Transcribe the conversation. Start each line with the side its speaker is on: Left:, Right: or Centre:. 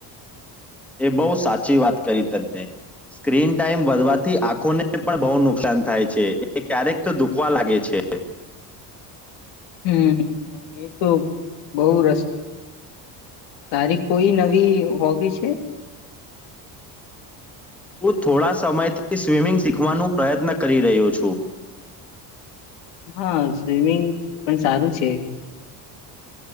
Centre: એ બહુ સાચી વાત કરી તમને સ્ક્રીન ટાઈમ વધવાથી આંખોને પણ બહુ નુકસાન થાય છે, એ ક્યારેક તો દુખવા લાગે છે,
Left: હમ એ તો બહ રસ તારી કોઈ નવી હોબી છે
Centre: હું થોડા સમયથી સ્વિમિંગ શીખવાનો પ્રયત્ન કરી રહ્યો છું.
Left: હા સ્વિમિંગ પણ સારું છે.